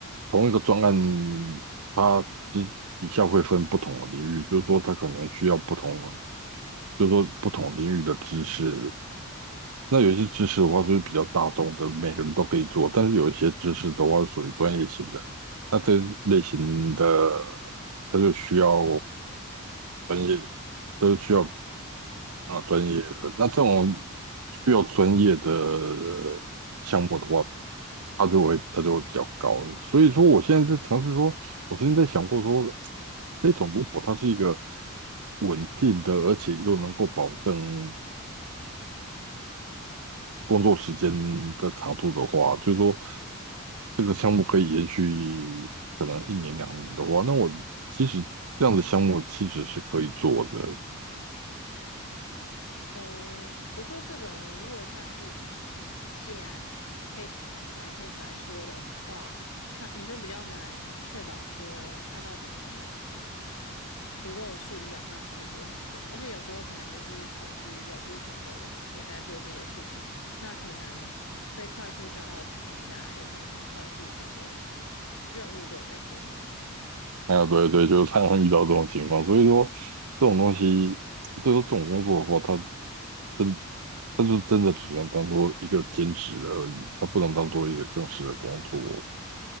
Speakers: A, on the right; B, on the left.
A: 同一个专案，它之底下会分不同的领域，就是说它可能需要不同，就是说不同领域的知识。那有一些知识的话就是比较大众的，每个人都可以做，但是有一些知识的话是属于专业型的，那这类型的它就需要专业，都需要啊，专业的。那这种需要专业的项目的话，它就会它就会比较高。所以说，我现在在尝试说，我曾经在想过说，这种如果它是一个稳定的，而且又能够保证工作时间的长度的话，就是说这个项目可以延续可能一年两年的话，那我其实这样的项目其实是可以做的。
B: 哦，不过这种如果算是以借案 case by case 来说的话，它你就比较难确保说它到底有没有足够的数量让你可以做很久，而且有时候可能就是同时有不同的人也在做这些事情，那可能被快速消耗的情况下，有可能很快速这些任务就会被做完。
A: 哎呀，对对，就是常常遇到这种情况，所以说这种东西，所以说这种工作的话，它真，它就真的只能当做一个兼职而已，它不能当做一个正式的工作。